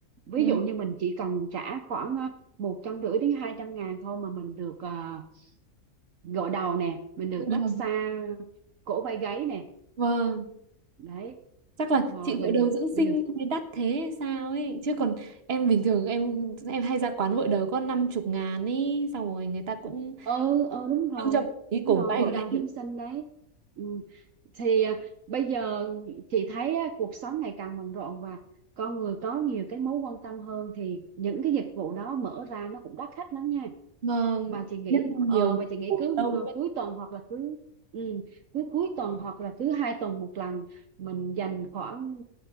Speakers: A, on the right; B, on the right.
A: Ví
B: Ừ.
A: dụ như mình chỉ cần trả khoảng ờ, một trăm rưỡi đến 200 ngàn thôi mà mình được ờ, gội đầu nè, mình được
B: Dự đầu.
A: massage cổ vai gáy nè
B: vâng
A: đấy
B: chắc là
A: rồi
B: chị gội
A: mình
B: đầu dưỡng
A: mình
B: sinh
A: được
B: mới đắt thế hay sao ấy chứ còn em bình thường em em hay ra quán gội đầu có năm chục ngàn ấy xong rồi người ta cũng
A: ừ ừ đúng rồi
B: không cho một tí
A: đúng
B: cổ
A: rồi
B: bay
A: gội đầu
B: này,
A: dưỡng sinh đấy ừ. thì à, bây giờ chị thấy á, cuộc sống ngày càng bận rộn và con người có nhiều cái mối quan tâm hơn thì những cái dịch vụ đó mở ra nó cũng đắt khách lắm nha
B: vâng
A: và chị nghĩ
B: nhất là
A: ờ,
B: nhiều người
A: và chị nghĩ
B: ngồi
A: cứ
B: lâu
A: ờ,
B: vẫn
A: cuối tuần hoặc là cứ ừ, cứ cuối tuần hoặc là cứ hai tuần một lần mình dành khoảng